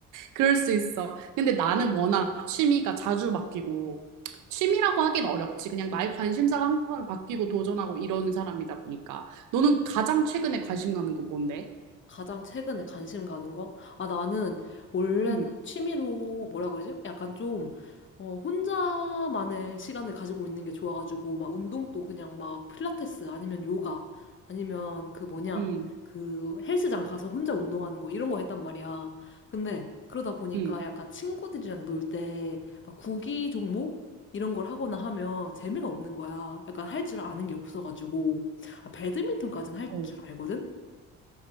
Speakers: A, on the right (about 80°); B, on the left (about 40°).
A: 그럴 수 있어. 근데 나는 워낙 취미가 자주 바뀌고, 취미라고 하긴 어렵지. 그냥 나의 관심사가 항상 바뀌고 도전하고 이러는 사람이다 보니까. 너는 가장 최근에 관심 가는 건 뭔데?
B: 가장 최근에 관심 가는 거? 아, 나는 원래는
A: 응,
B: 취미로 뭐라 그러지? 약간 좀, 어, 혼자만의 시간을 가지고 있는 게 좋아가지고, 막 운동도 그냥 막 필라테스 아니면 요가 아니면 그 뭐냐,
A: 응,
B: 그 헬스장 가서 혼자 운동하는 거 이런 거 했단 말이야. 근데 그러다 보니까
A: 응.
B: 약간 친구들이랑 놀 때 막 구기 종목? 이런 걸 하거나 하면 재미가 없는 거야. 약간 할 줄 아는 게 없어가지고. 아, 배드민턴까지는 할
A: 어.
B: 줄 알거든?